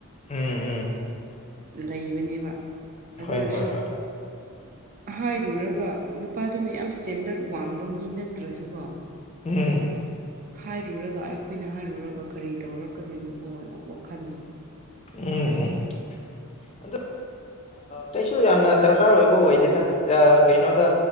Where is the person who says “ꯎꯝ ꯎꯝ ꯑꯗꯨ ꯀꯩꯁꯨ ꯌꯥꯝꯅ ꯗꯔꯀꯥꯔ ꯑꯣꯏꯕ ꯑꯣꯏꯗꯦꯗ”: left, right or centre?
Left